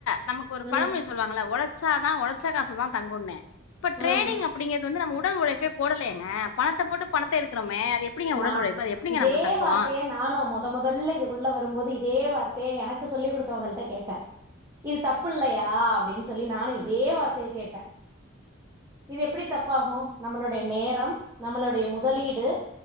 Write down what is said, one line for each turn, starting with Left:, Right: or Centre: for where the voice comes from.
Left: நமக்கு ஒரு
Right: ம்
Left: பழமொழி சொல்லுவாங்கள்ல ஒழச்சாதா ஒழச்ச காசுதா தங்குன்னு இப்ப ட்ரேடிங்
Right: ம்
Left: அப்டிங்கறது வந்து நம்ம உடல் உழைப்பே போடலயேங்க பணத்த போட்டு பணத்த எடுக்கறோமே அது எப் எப்டிங்க
Right: நா
Left: உடல் உழைப்பு அது எப்டிங்க
Right: இதே
Left: நமக்கு தங்கு
Right: வார்த்தைய நானு மொத மொதல்ல இதுக்குள்ள வரும்போது இதே வார்த்தைய எனக்கு சொல்லி் குடுத்தவங்கள்ட கேட்ட இது தப்புல்லையா அப்டின் சொல்லி நானு இதே வார்த்தைய கேட்ட இது எப்புடி தப்பாகு நம்மளுடைய நேரம் நம்மளுடைய முதலீடு